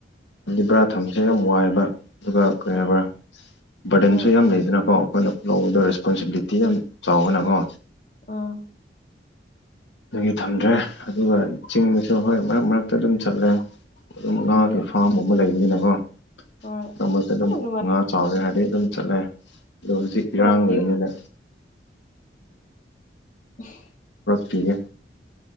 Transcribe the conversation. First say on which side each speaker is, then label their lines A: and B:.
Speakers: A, on the left (about 85°); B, on the left (about 45°).
A: ꯕꯥꯔꯥ ꯊꯝꯕꯁꯦ ꯌꯥꯝ ꯋꯥꯏꯕ ꯑꯗꯨꯒ ꯀꯔꯤ
B: ꯑꯣ
A: ꯍꯥꯏꯕ꯭ꯔꯥ ꯕꯔꯗꯟꯁꯨ
B: ꯍꯣꯏ
A: ꯌꯥꯝ ꯂꯩꯗꯅꯀꯣ ꯑꯩꯈꯣꯏꯅ ꯂꯧꯕꯗ ꯔꯦꯁꯄꯣꯟꯁꯤꯕꯤꯂꯤꯇꯤ ꯌꯥꯝ ꯆꯥꯎꯋꯦꯅꯀꯣ
B: ꯑꯥ
A: ꯑꯗꯨꯒꯤ ꯊꯝꯗ꯭ꯔꯦ ꯑꯗꯨꯒ ꯆꯤꯡꯗꯁꯨ ꯍꯣꯏ ꯃꯔꯛ ꯃꯔꯛꯇ ꯑꯗꯨꯝ ꯆꯠꯂꯦ ꯑꯗꯨꯝ ꯉꯥꯒꯤ
B: ꯎꯝ
A: ꯐꯥꯝꯒꯨꯝꯕ ꯂꯩꯕꯅꯤꯅꯀꯣ ꯃꯔꯛ
B: ꯍꯣꯏ
A: ꯃꯔꯛꯇ ꯑꯗꯨꯝ
B: ꯌꯥꯝ ꯅꯨꯡꯉꯥꯏ
A: ꯉꯥ ꯍꯥꯏꯗꯤ ꯑꯗꯨꯝ ꯆꯠꯂꯦ ꯑꯗꯣ ꯍꯧꯖꯤꯛ
B: ꯄꯨꯔꯛꯄꯤꯌꯨ
A: ꯏꯔꯥꯡ ꯂꯩꯕꯅꯤꯅ
B: <unintelligible>
A: ꯀꯤꯔꯦ